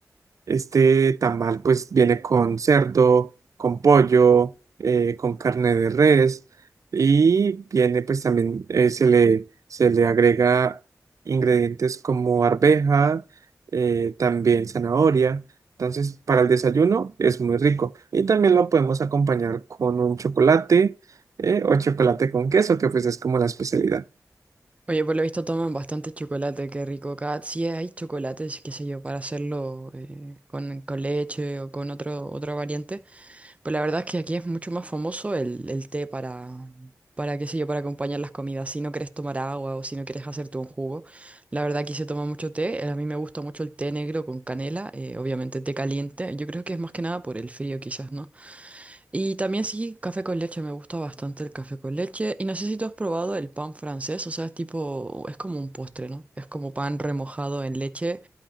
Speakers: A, on the right (about 60°); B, on the right (about 20°).
A: este tamal pues viene con cerdo, con pollo, eh, con carne de res y viene pues también eh, se le, se le agrega ingredientes como arveja, eh, también zanahoria. Entonces, para el desayuno es muy rico. Y también lo podemos acompañar con un chocolate eh, o chocolate con queso, que pues es como la especialidad.
B: Oye, por lo visto toman bastante chocolate, qué rico acá. Sí hay chocolates, qué sé yo, para hacerlo eh, con, con leche o con otro, otra variante. Pero la verdad es que aquí es mucho más famoso el, el té para, para, qué sé yo, para acompañar las comidas. Si no quieres tomar agua o si no quieres hacerte un jugo, la verdad aquí se toma mucho té. Eh, A mí me gusta mucho el té negro con canela, eh, obviamente té caliente. Yo creo que es más que nada por el frío quizás, ¿no? Y también sí, café con leche, me gusta bastante el café con leche. Y no sé si tú has probado el pan francés, o sea, es tipo, es como un postre, ¿no? Es como pan remojado en leche.